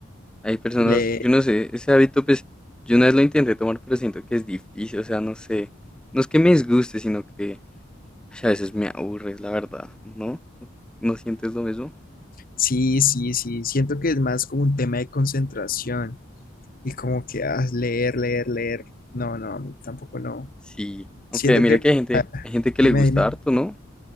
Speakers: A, in the centre; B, on the left.
A: Hay personas,
B: Le,
A: yo no sé, ese hábito, pues, yo una vez lo intenté tomar, pero siento que es difícil, o sea, no sé. No es que me disguste, sino que A veces me aburres, la verdad, ¿no? ¿No sientes lo mismo?
B: sí, sí, sí, siento que es más como un tema de concentración y como que ah, leer, leer, leer. No, no, a mí tampoco no.
A: Sí. Aunque
B: Siento
A: mira
B: que,
A: que hay gente,
B: ah,
A: hay gente que
B: dime,
A: le gusta
B: dime.
A: harto, ¿no?